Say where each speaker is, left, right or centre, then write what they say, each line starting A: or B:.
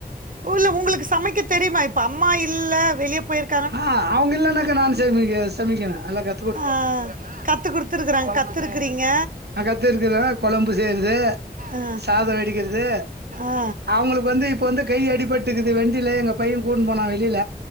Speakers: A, on the right; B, on the right.
A: ஓ இல்ல உங்களுக்கு சமைக்க தெரியுமா இப்ப அம்மா இல்ல வெளிய போய்ருக்
B: ஆ அவுங்க இல்லனாக்கா நானு சமக்க சமக்கனு எனக்கு
A: ஆ கத்து குடுத்துருக்கறாங்க கத்துருக்கிறீங்க
B: நா கத்துருக்குறது கொழம்பு செய்றது
A: ஆ
B: சாதோ வடிக்கிறது
A: ஆ
B: அவுங்களுக்கு வந்து இப்ப வந்து கை அடிபட் டுக்குது வெண்டில எங்க பையே கூட்டுனு போனா வெளில